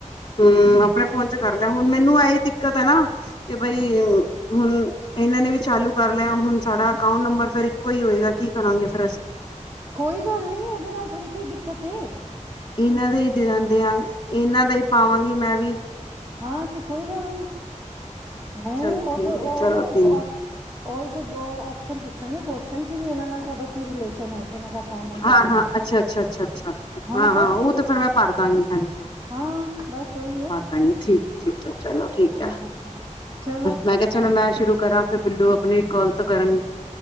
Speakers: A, on the left; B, on the right.
A: ਹੂੰ ਆਪਣੇ ਫੋਨ 'ਚ ਕਰ ਲਿਆ ਹੁਣ ਮੈਨੂੰ ਐਹੀ ਦਿੱਕਤ ਏ ਨਾ। ਕਿ ਬਈ ਹੁਣ ਇਹਨਾਂ ਨੇ ਵੀ ਚਾਲੂ ਕਰ ਲਿਆ। ਹੁਣ ਸਾਡਾ ਅਕਾਊਂਟ ਨੰਬਰ ਫਿਰ ਇੱਕੋ ਈ ਹੋਏਗਾ। ਕੀ ਕਰਾਂਗੇ ਫੇਰ ਅਸੀਂ।
B: ਕੋਈ ਗੱਲ ਨ। ਉਹਦੇ ਨਾਲ ਥੋੜ੍ਹੀ ਕੋਈ ਦਿੱਕਤ ਐ।
A: ਇਹਨਾਂ ਦਾ ਹੀ ਦਿਆਂ ਦੇਂਦੇ ਆ। ਇਹਨਾਂ ਦਾ ਹੀ ਪਾਵਾਂਗੀ ਮੈਂ ਵੀ।
B: ਹਾਂ ਤੇ ਕੋਈ ਗੱਲ ਨੀ, ਨਹੀਂ
A: ਚਲ
B: ਉਹ
A: ਠੀਕ
B: ਤੇ ਉਹ
A: ਹੈ, ਚਲੋ
B: ਨਾ ਇੱਕ
A: ਠੀਕ
B: ਉਹ ਇੱਕ ਉਹ ਔਪਸ਼ਨ ਪੁੱਛਣਗੇ ਕੁਸ਼ਚਨ ਕਿ ਵੀ ਇਹਨਾਂ ਨਾਲ ਤੁਹਾਡਾ ਕੀ ਰਿਲੇਸ਼ਨ ਐ। ਜਿਨਾਂ ਦਾ ਅਕਾਊਂਟ ਨੰਬਰ
A: ਹਾਂ
B: ਦੇ
A: -ਹਾਂ
B: ਦੇ
A: ਅੱਛਾ-ਅੱਛਾ-ਅੱਛਾ-ਅੱਛਾ
B: ਹਾਂ
A: ਹਾਂ-ਹਾਂ
B: ਬਸ
A: ਉਹ ਤੇ ਫੇਰ ਮੈਂ ਭਰ ਦਾਂਗੀ ਹਾਂਜੀ।
B: ਹਾਂ ਬਸ ਓਹੀ ਏ।
A: ਹਾਂਜੀ ਠੀਕ-ਠੀਕ ਏ ਚਲੋ ਠੀਕ ਆ,
B: ਹਾਂ ਚਲੋ
A: ਮੈਂ ਕਿਹਾ ਚਲੋ ਮੈਂ ਸ਼ੁਰੂ ਕਰਾਂ ਫਿਰ ਬਿੱਲੂ ਆਪਣੀ ਕੋਲ ਤੋਂ ਕਰਨਗੇ।